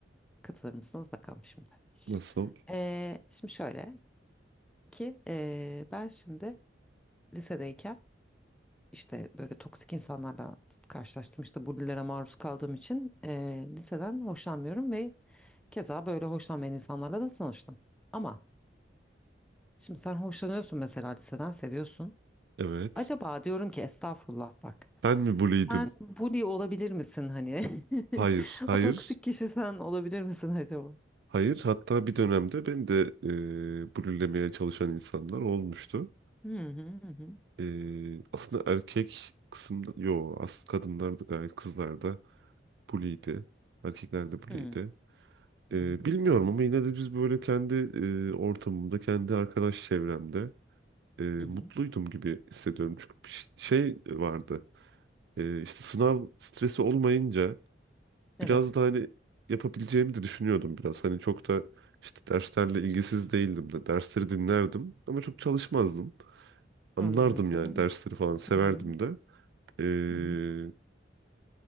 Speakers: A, in the centre; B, on the right (about 65°).
A: Katılır mısınız bakalım şimdi.
B: nasıl?
A: E, şimdi şöyle ki e, ben şimdi lisedeyken işte böyle toksik insanlarla karşılaştım. İşte bullilere maruz kaldığım için e, liseden hoşlanmıyorum ve keza böyle hoşlanmayan insanlarla da tanıştım. Ama şimdi sen hoşlanıyorsun mesela liseden seviyorsun.
B: Evet.
A: Acaba diyorum ki estağfurullah bak.
B: Ben mi bully'ydim?
A: Sen bully olabilir misin hani? <laughs>
B: Hayır, hayır.
A: O toksik kişi sen olabilir misin acaba?
B: Hayır, hatta bir dönemde ben de e, blürlemeye çalışan insanlar olmuştu.
A: Hı hı hı hı.
B: E, aslında erkek kısımda, yo as kadınlar da gayet kızlar da bully'ydi. Erkekler de bully'ydi.
A: Hı
B: E,
A: hı hı
B: bilmiyorum
A: hı.
B: ama yine de biz böyle kendi e, ortamımda, kendi arkadaş çevremde e, mutluydum
A: hı hı.
B: gibi hissediyorum. Çünkü bir ş- şey vardı, e, işte sınav stresi olmayınca
A: Evet.
B: biraz da hani yapabileceğimi de düşünüyordum biraz. Hani çok da işte derslerle ilgisiz değildim de dersleri dinlerdim ama çok çalışmazdım. Anlardım
A: Anlıyordum.
B: yani dersleri falan severdim
A: Hı hı
B: de. Ee,
A: hı hı.